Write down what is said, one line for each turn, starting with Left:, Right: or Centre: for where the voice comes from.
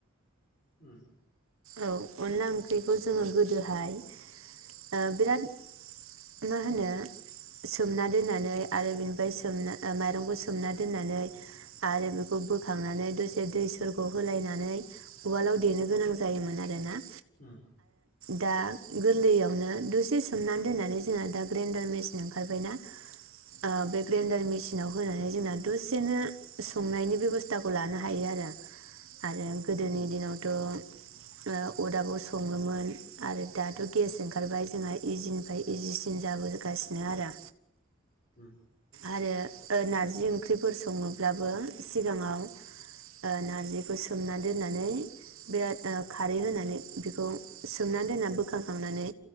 Left: ओम
Right: औ अनला ओंख्रिखौ जोङो गोदोहाय ओ बिराद मा होनो सोमना दोननानै आरो बेनिफ्राय सोमना माइरंखौ सोमना दोननानै आरो बेखौ बोखांनानै दसे दै सर' होलायनानै उवालाव देनो गोनां जायो। जायोमोन आरो ना।
Left: ओम
Right: दा गोरलैयावनो दसे सोमनानै दोननानै जोंना दा ग्रेन्डार मेचिन ओंखारबायना ओ बे ग्रेन्डार मेचिनाव होनानै जोंना दसेनो संनायनि बेब'स्थाखौ लानो हायो आरो। आरो गोदोनि
Left: उम
Right: दिनावथ' अरदाबाव सङोमोन आरो दाथ' गेस ओंखारबाय जोंहा इजिनिफ्राय इजिसिन जाबोगासिनो आरो
Left: ओम
Right: आरो ओ नार्जि ओंख्रिफोर सङोब्लाबो सिगाङाव ओ नारजिखौ सोमना दोननानै बिराद ओ खारै होनानै बिखौ सोमनानै दोननानै बोखांखांनानै